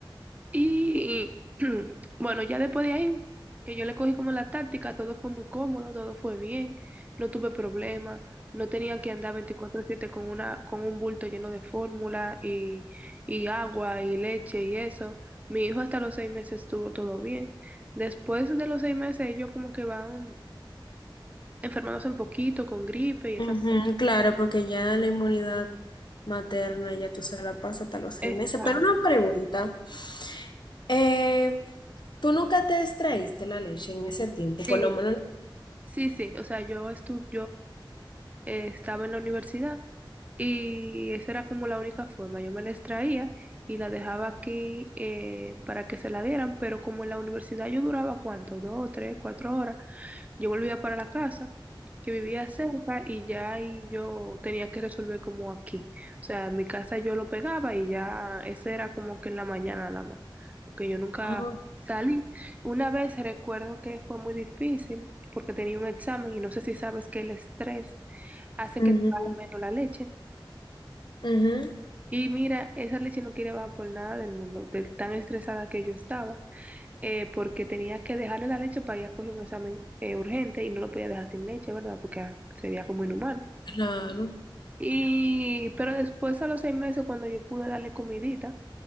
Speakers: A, on the right; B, on the left.
A: Y <clears throat> bueno, ya después de ahí, que yo le cogí como la táctica, todo fue muy cómodo, todo fue bien, no tuve problemas, no tenía que andar veinticuatro siete con una, con un bulto lleno de fórmula y, y agua y leche y eso. Mi hijo hasta los seis meses estuvo todo bien. Después de los seis meses, ellos como que van enfermándose un poquito con gripe y
B: Ujú,
A: esas cosas.
B: claro, porque ya la inmunidad materna ya tú se la pasas hasta los seis
A: Esta-
B: meses. Pero una pregunta, eh, ¿tú nunca te extraíste la leche en ese tiempo?
A: Sí,
B: Por lo menos...
A: sí, sí. O sea, yo estuve, eh, estaba en la universidad y esa era como la única forma. Yo me la extraía y la dejaba aquí eh, para que se la dieran, pero como en la universidad yo duraba cuánto, dos, tres, cuatro horas, yo volvía para la casa, que vivía cerca y ya ahí yo tenía que resolver como aquí. O sea, en mi casa yo lo pegaba y ya ese era como que en la mañana nada más, porque yo nunca
B: Ok,
A: salí. Una vez recuerdo que fue muy difícil porque tenía un examen y no sé si sabes que el estrés hace
B: Ujú,
A: que te baje menos la leche.
B: ujú,
A: Y mira, esa leche no quería bajar por nada del mundo, de tan estresada que yo estaba eh, porque tenía que dejarle la leche para ella coger un examen eh, urgente y no lo podía dejar sin leche, ¿verdad? Porque ah, sería como inhumano.
B: claro,
A: Y, pero después a los seis meses, cuando yo pude darle comidita,